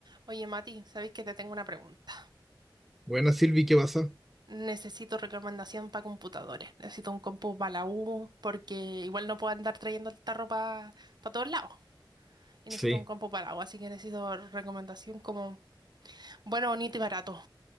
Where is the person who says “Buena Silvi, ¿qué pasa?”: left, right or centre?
Centre